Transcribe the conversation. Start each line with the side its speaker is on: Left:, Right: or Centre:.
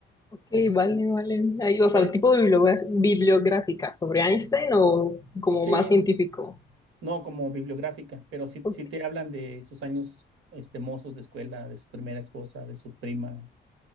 Left: Ok,
Right: Este,
Left: vale, vale. Ahí, o sea,
Right: pero
Left: tipo de bibliogra- bibliográfica sobre Einstein o como
Right: sí,
Left: más científico.
Right: no como bibliográfica, pero sí,
Left: Ok,
Right: sí te hablan de sus años este, mozos de escuela, de su primera esposa, de su prima,